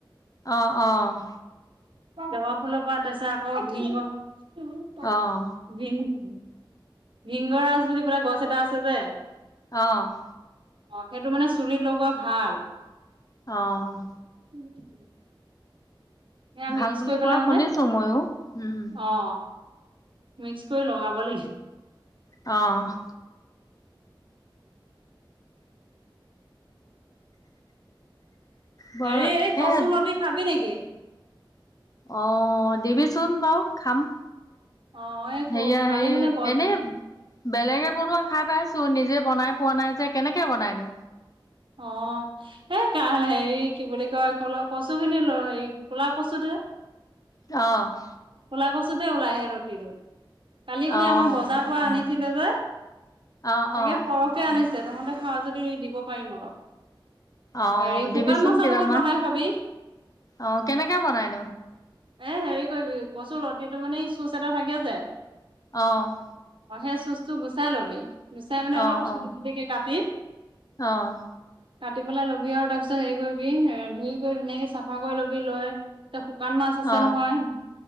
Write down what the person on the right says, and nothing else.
জবা ফুলৰ পাত তাৰপাছত আছে আকৌ ভীমৰ,
ভিম উম। ভিংগ ৰাজ বুলি পেলাই গছ এটা আছে যে
অ' সেইটো মানে চুলিত লগোৱা ভাল।
<unintelligible> সেয়া
মিক্স
কৰি
পেলাই মানে,
অ'। মিক্স কৰি লগাব লাগি
হেৰি এই কচু
লতি খাবি নেকি?
অ', এই ক
কালি
মানে বজাৰ
অ'। হেই কা হেৰি কি বুলি কয় কলা কচুখিনি লৈ হেৰি কলা কচুতে
কলা কচুতে ওলাই হেই লতিটো। কালি মানে
আমাৰ বজাৰৰ পৰা আনি ছিলে যে,
তাকে
সৰহকে আনিছে তহঁতে খাওঁ যদি দিব পাৰিম অলপ।
হেৰি
শুকান মাছৰ
লগত বনাই খাবি।
এ, হেৰি কৰিবি কচু লতিটো মানে ই চুচ এটা থাকে যে
অ' সেই চুচটো গুচাই লবি গুচাই মানে অলপ
চুটি,
চুটিকে কাটি
কাটি পেলাই ল'বি আৰু তাৰপিছত হেৰি কৰিবি এ, ধুই কৰি ধুনীয়াকে চাফা কৰি লৈ তে শুকান মাছ আছে
নহয়